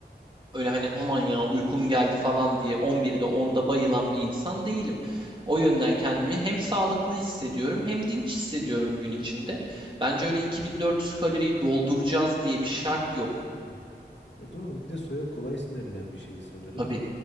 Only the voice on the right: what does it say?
öyle hani aman ya uykum geldi falan diye 11'de 10'da bayılan bir insan değilim. O yönden kendimi hem sağlıklı hissediyorum hem dinç hissediyorum gün içinde. Bence öyle 2400
kaloriyi dolduracağız diye bir şart yok.
Tabii,